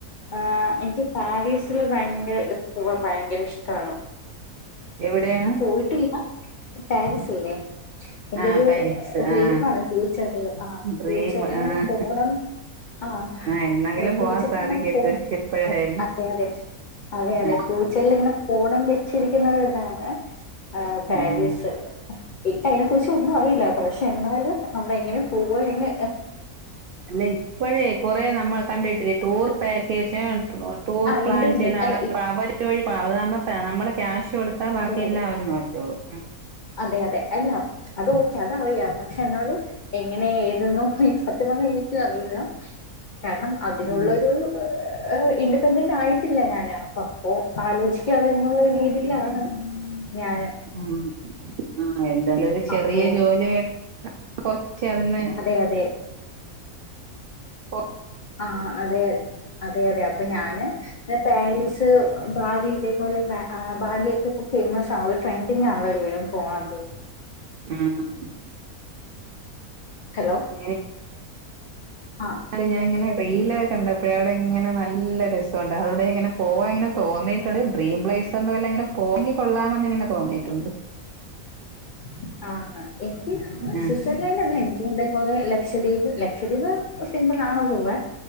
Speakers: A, on the left (about 85°); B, on the right (about 90°).
A: ആ എനിക്ക് പാരീസില് ഭയങ്കര പോവാൻ ഭയങ്കര ഇഷ്ടമാണ്
B: എവിടെയാണ്
A: ഞാൻ പോയിട്ടില്ല പാരിസില്ലേ എന്റെരു
B: ആഹ് പാരീസ്
A: ഡ്രീമാണ്
B: ആഹ്
A: ഫ്യൂച്ചറില് ആ
B: ഡ്രീം
A: ഫ്യൂച്ചറിന്
B: ആഹ്
A: പോണം ആഹ്
B: എന്നെങ്കിലും
A: ഫ്യൂച്ചറില്
B: പോവാൻ സാധിക്കട്ടെ
A: പോ
B: എപ്പോഴായാലും
A: അതെ അതെ അതെ അതെ
B: ആഹ്
A: ഫ്യൂ ചറില് ഇങ്ങനെ പോണം വെച്ചിരിക്കുന്ന ഇതാണ് ആ പാരീസ്
B: ഉം
A: എനിക്ക് അതിനെ കുറിച്ച് ഒന്നും അറിയില്ല കേട്ടോ പക്ഷെ എന്നാലും നമ്മള് എങ്ങനെ പോവ എന്ന്
B: അല്ല ഇപ്പോഴേ കൊറെ നമ്മൾ കണ്ടിട്ടില്ല ടൂർ പാക്കേജും ടൂർ
A: ആ
B: പ്ലാൻ
A: ഉണ്ട് ഉണ്ട്
B: ചെയ്യുന്ന
A: അല്ല
B: ആള്
A: ഇ-
B: അവര് വഴി പാം അതാവുമ്പ നമ്മള് ക്യാഷ് കൊടുത്താ ബാക്കി
A: അതെ അതെ
B: എല്ലാം അവര് നോക്കിക്കോള്ളും
A: അതെ അതെ അല്ല അത് ഓക്കെ അത് അറിയാം പക്ഷെ എന്നാലും എങ്ങനെ ഏതെന്ന് ഒന്നും സതൃം പറഞ്ഞ എനിക്കും അറിയില്ല കാരണം അതിനുള്ളൊരു
B: ഉം
A: <inaudible> ഇൻഡിപെൻഡന്റ് ആയിട്ടില്ല ഞാന് അപ്പ അപ്പൊ ആലോചിക്കാം എന്നുള്ള രീതിയിലാണ് ഞാന്
B: ഉം ആഹ് എന്തെങ്കിലും ഒരു ചെറിയ
A: അപ്പോ
B: ജോലി <unintelligible> ആവുന്ന
A: അതെ അതെ
B: മാറ്റി
A: ആഹ് അതെ അതെ അതെ അപ്പൊ ഞാന് പാരീസ് ഭാവീല് അതുപോലെ ബാലിയൊക്കെ ഇപ്പൊ ഫേമസ് ആവും ട്രെൻഡിങ് ആണല്ലോ എല്ലാരും പോണത്
B: ഉം
A: ഹലോ
B: <inaudible>
A: ആ
B: അത് ഞാന് ഇങ്ങനെ റീല കണ്ടപ്പോഴ അവിടെ ഇങ്ങനെ നല്ല രസമുണ്ട് അതവിടെ ഇങ്ങനെ പോവാ അങ്ങനെ തോന്നി ഡ്രീം പ്ലൈസ് ഒന്നും ഇല്ല ഇങ്ങനെ പോങ്കി കൊള്ളാന്ന് ഇങ്ങനെ തോന്നയിട്ടുണ്ട്
A: <inaudible> അന്ന എനിക്ക്
B: ആ
A: ഇതേപോലെ ലക്ഷദ്വീപ് ലക്ഷദ്വീപ് സിംമ്പിൾ ആണ് പോവാൻ